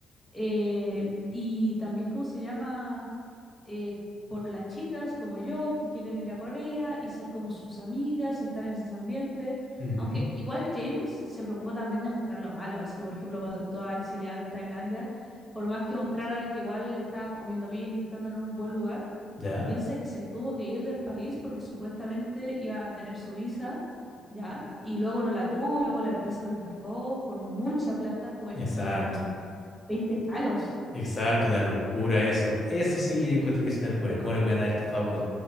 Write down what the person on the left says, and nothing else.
Ujú.
¿Ya?
Exacto.
Exacto, una locura eso. Eso sí que yo encuentro que es una locura. ¿Cómo le pueden haber estafado con